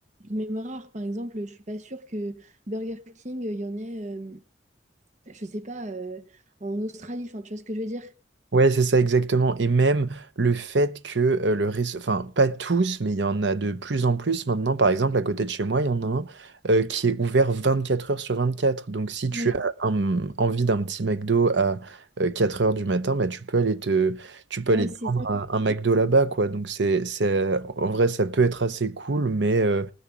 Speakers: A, on the right; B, on the right.
A: même rare, par exemple, je suis pas sûre que Burger King, il y en ait, euh, je sais pas, euh, en Australie. Enfin, tu vois ce que je veux dire?
B: Ouais, c'est ça exactement. Et même le fait que euh, le réseau, enfin pas tous, mais il y en a de plus en plus maintenant. Par exemple, à côté de chez moi, il y en a un euh, qui est ouvert 24 heures sur 24. Donc si tu
A: Ouais.
B: as un- envie d'un petit McDo à euh, 4 heures du matin, bah, tu peux aller te, tu peux
A: Ah,
B: aller
A: c'est
B: te prendre
A: ça.
B: un, un McDo là-bas, quoi. Donc c'est, c'est, en vrai, ça peut être assez cool, mais euh,